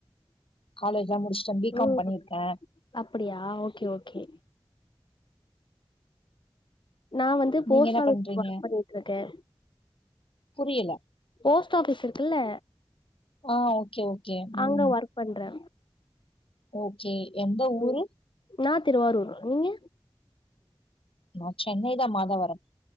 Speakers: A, on the left; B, on the left.
A: காலேஜ்லா முடிச்சுட்டே பி
B: ம்
A: காம் பண்ணிருக்கே
B: அப்டியா ஓகே ஓகே நா வந்து போஸ்ட்
A: நீங்க என்ன
B: ஆபிஸ்ல
A: பண்றீங்க
B: ஒர்க் பண்ணிட்டு இருக்கே
A: புரியல
B: போஸ்ட் ஆஃபீஸ் இருக்குல்ல
A: ஆ ஓகே ஓகே ம்
B: அங்க ஒர்க் பண்றே
A: ஓகே எந்த ஊரு
B: ம் நா திருவாரூர் நீங்க
A: நா சென்னை தா மாதாவரம்